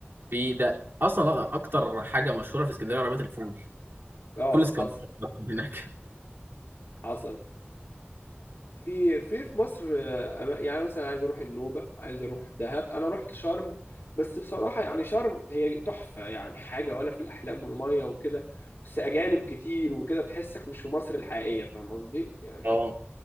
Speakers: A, on the right; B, on the left.
A: في ده اصلا اكتر حاجه مشهوره في اسكندريه عربيات الفول
B: اه
A: فول اسكندريه
B: حصل
A: <laughs> هناك
B: حصل في في في مصر آه، أما- يعني مثلا عايز اروح النوبه عايز اروح دهب انا رحت شرم بس بصراحه يعني شرم هي تحفه يعني حاجه ولا في الاحلام والميه وكده بس اجانب كتير وكده تحسك مش في مصر الحقيقيه فاهم قصدي يعني
A: اه